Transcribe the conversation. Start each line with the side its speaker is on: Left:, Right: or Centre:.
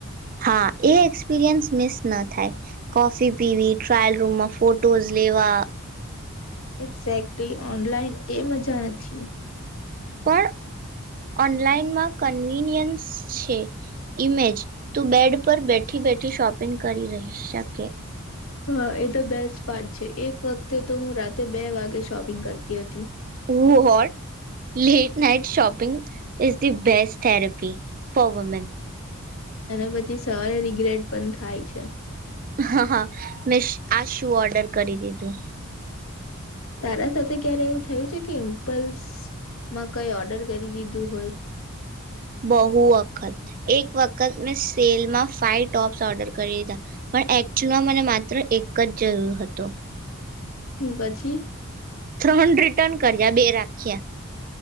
Right: હા એ એક્સપિરિયન્સ મિસ ન થાય કોફી પીવી ટ્રાયલ રૂમમાં ફોટોઝ લેવા
Left: એક્ઝેક્ટલી ઓનલાઈન એ મજા નથી
Right: પણ ઓનલાઈનમાં કન્વીિનિયન્સ છે ઇમેજ તું બેડ ઉપર બેઠી બેઠી શોપિંગ કરી રહી શકે
Left: હા એ તો બેસ્ટ પાર્ટ છે એક વખતે તો હું રાતે બે વાગે શોપિંગ કરતી હતી
Right: હ what late night shopping is the bestest therapy for women
Left: અને પછી સરે રિગ્રેટ પણ થાય છે
Right: હા હા મેં આ શુ ઓર્ડર કરી દીધું
Left: તારા સાથે ક્યારે એવું થયું છે કે ઇમ્પલ્સ માં કઈ ઓર્ડર કરી દીધું હોય
Right: બહુ વખત એક વખત મેં સેલમાં ફાઈવ ટોપ્સ ઓર્ડર કરી દીધા પણ એકચુલમાં મને માત્ર એક જ જરૂર હતો
Left: હમ પછી
Right: ત્રણ રિટર્ન કરયા બે રાખીયા.